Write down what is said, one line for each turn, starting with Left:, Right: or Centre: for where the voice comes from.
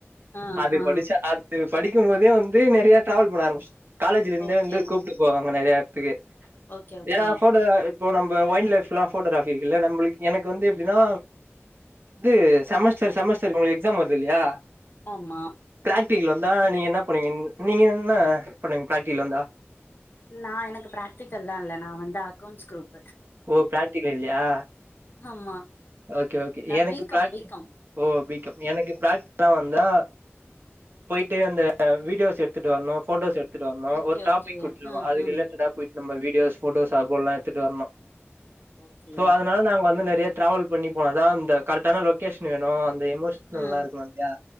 Left: ஆ
Right: அது
Left: ஆ
Right: படிச்ச அது படிக்கும் போதே வந்து நறைய டிரராவல் பண்ண ஆரம்பச் காலேஜ்லிந்தே
Left: ஓகே
Right: வந்து கூப்ட்டு போவாங்க நறைய எடத்துக்கு
Left: ஓகே ஓகே
Right: ஏன்னா ஃபோட்டோ அ இப்போ நம்ம வைல்ட் லைஃப்லாம் போட்டோகிராபி இருக்கு இல்ல நம்மளுக்கு எனக்கு வந்து எப்டின்னா இது செமஸ்டர் செமஸ்டர்க்கு உங்களுக்கு எக்ஸாம் வருதுல்லையா
Left: ஆமா
Right: பிராக்டிகல் வந்தா நீங்க என்ன பண்வீங்க நீங்க என்ன பண்வீங்க பிராக்டிகல் வந்தா
Left: நா எனக்கு பிராக்டிகல்லாம் இல்ல நா வந்து அக்கௌன்ட்ஸ் குரூப்
Right: ஓ பிரா்க்டிகல் இல்யா
Left: ஆமா
Right: ஓகே ஓகே
Left: நா
Right: எனக்கு
Left: பி காம்
Right: ப்ராக்டி
Left: பி காம்
Right: ஓ பிகாம் எனக்கு ப்ராக் லாம் வந்தா போயிட்டு அந்த வீடியோஸ் எடுத்துட்டு வரணும் போட்டோஸ் எத் துட்டு வரணும்
Left: ஓகே
Right: ஒரு டாபிக்
Left: ஓகே
Right: குடுத்துதுருவோ
Left: ம்
Right: அதுக்கு
Left: ம்
Right: ரிலேட்டடா போயிட்டு நம்ம விடியோஸ் போட்டோஸ் அப்பலல்லா எத்துட்டு வரணும்
Left: ஓகே
Right: சோ அதனால நாங்க வந்து நறைய டிராவல் பண்ணிப்போ அதா அந்த கரட்டான லொகேஷன் வேணும் அந்த எமோஷ் நல்லா
Left: ம்
Right: இருக்கணு இல்யா